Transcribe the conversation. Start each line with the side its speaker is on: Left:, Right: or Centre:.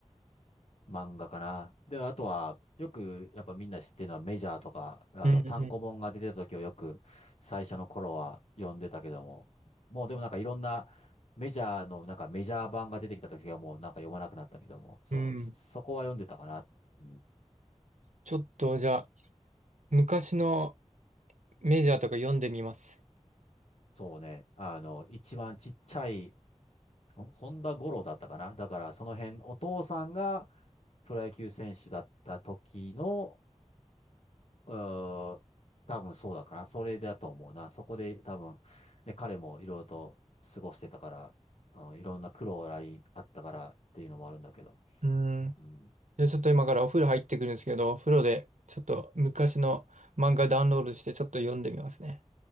Left: 漫画かな。で、あとは、よく、やっぱみんな知ってるのはメジャーとか、あの、
Right: ーうん
Left: 単行本が出てた時をよく、最初の頃は読んでたけども、もうでもなんかいろんな、メジャーの、なんかメジャー版が出てきた時はもうなんか読まなくなったけども、そう、
Right: うん、うん。
Left: そこは読んでたかな。うん
Right: ちょっと、じゃあ、昔のメジャーとか読んでみます。
Left: そうね、あの、一番ちっちゃい、ほ本田五郎だったかな。だからその辺、お父さんがプロ野球選手だった時の、うーん、多分そうだかな。それだと思うな。そこで多分、ね、彼もいろいろと過ごしてたから、うん、いろんな苦労がありあったからっていうのもあるんだけど。
Right: うん。
Left: うん。
Right: じゃあ、ちょっと今からお風呂入ってくるんですけど、お風呂で、ちょっと昔の漫画ダウンロードして、ちょっと読んでみますね。